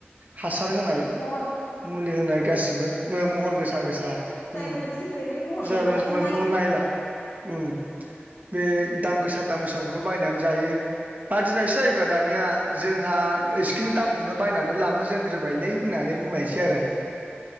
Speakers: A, on the right; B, on the left.
A: हासार होनाय
B: हर
A: मुलि होनाय गासिबो ओ महर गोसा गोसा
B: जायब्रें
A: ओम
B: जुइब्रें बे महर गैगौबाथाय
A: जाबे जुबेखौ नायला।। उम बे दाम गोसा दाम गोसाखौल' बायनानै जायो बादिनायसो जायोब्ला दानिया जों हा एसिखिनि दामखौनो बायनानै ला बायलै होननानै बुंनायसै आरो